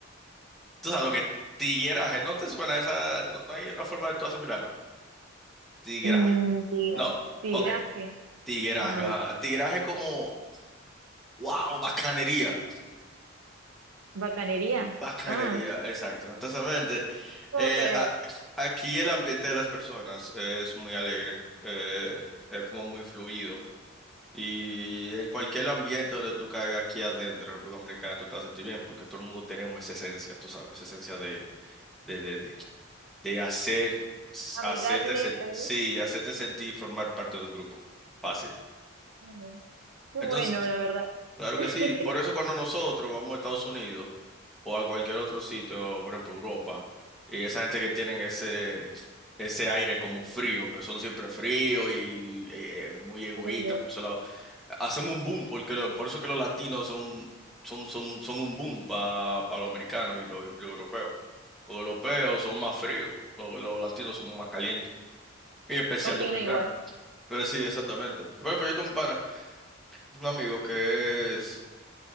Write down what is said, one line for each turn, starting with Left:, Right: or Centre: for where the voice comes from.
Centre: Tú sabes lo que... Tigueraje, ¿no te suena esa? No, no hay una forma de tú asimilarlo. Tigueraje.
Right: Mm, tigra-
Centre: No,
Right: tigraje,
Centre: ok. Tigueraje,
Right: no.
Centre: ajá. Tigueraje como... ¡Wow! Bacanería.
Right: Bacanería,
Centre: Bacanería,
Right: ah,
Centre: exacto. Entonces,
Right: como
Centre: eh,
Right: que
Centre: a- aquí el ambiente de las personas es muy alegre, eh, es como muy fluido. Y en cualquier ambiente donde tú caigas aquí adentro, en República Dominicana, tú te vas a sentir bien, porque todo el mundo tenemos esa esencia, tú sabes, esa esencia de, de, de, de, de hacer,
Right: amigable,
Centre: hacerte, sen-
Right: tal
Centre: sí,
Right: vez.
Centre: hacerte sentir y formar parte de un grupo. Fácil.
Right: Ujú. Qué
Centre: Entonces,
Right: bueno, la verdad.
Centre: Claro
Right: <laughs>
Centre: que sí, por eso cuando nosotros vamos a Estados Unidos o a cualquier otro sitio, por ejemplo Europa, y esa gente que tienen ese, ese aire como frío, que son siempre fríos y eh, eh, muy egoístas
Right: Pero
Centre: por su lado, hacemos un boom, porque lo- por eso que los latinos son, son, son, son un boom para los americanos y los, y los europeos. Los europeos son más fríos, los, los latinos somos más calientes, y en especial
Right: Opino
Centre: los americanos.
Right: igual.
Centre: Pero sí, exactamente. Por ejemplo, yo tengo un pana, un amigo que es